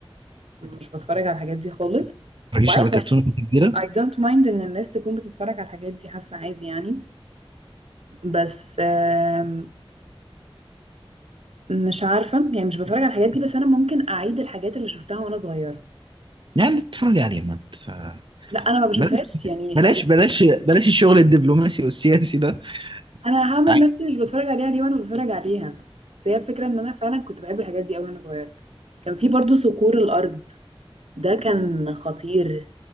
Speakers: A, on the right (about 85°); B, on the right (about 55°).
A: مش بتفرج على الحاجات دي خالص
B: تتفرجيش
A: وعادي
B: على كرتون
A: يعني
B: كبيرة
A: I don't mind إن الناس تكون بتتفرج على الحاجات دي حاسة عادي يعني بس آم، مش عارفة يعني مش بتفرج على الحاجات دي بس أنا ممكن أعيد الحاجات اللي شفتها وأنا صغيرة
B: يعني تتفرجي عليه ما ت-
A: لا أنا ما بشوفهاش
B: بلاش
A: يعني
B: بلاش
A: آخر
B: بلاش بلاش الشغل الدبلوماسي والسياسي ده
A: انا هعمل
B: عادي
A: نفسي مش بتفرج عليها ليه وانا بتفرج عليها بس هي الفكره ان انا فعلا كنت بحب الحاجات دي قوي وانا صغيره كان في برضو صقور الارض ده كان خطير